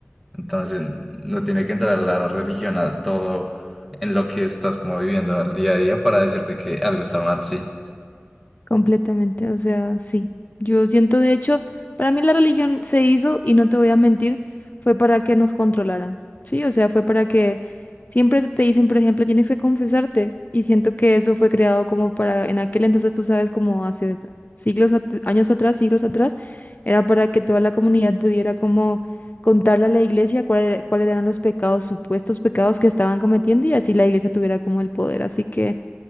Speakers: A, in the centre; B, on the left (about 40°).
A: Entonces, no tiene que entrar la religión a todo en lo que estás como viviendo el día a día para decirte que algo está mal, sí.
B: Completamente, o sea, sí. Yo siento, de hecho, para mí la religión se hizo, y no te voy a mentir, fue para que nos controlaran, ¿sí? O sea, fue para que siempre te dicen, por ejemplo, tienes que confesarte, y siento que eso fue creado como para, en aquel entonces, tú sabes, como hace siglos, at- años atrás, siglos atrás, era para que toda la comunidad pudiera como contarle a la iglesia cuál era- cuáles eran los pecados, supuestos pecados que estaban cometiendo, y así la iglesia tuviera como el poder. Así que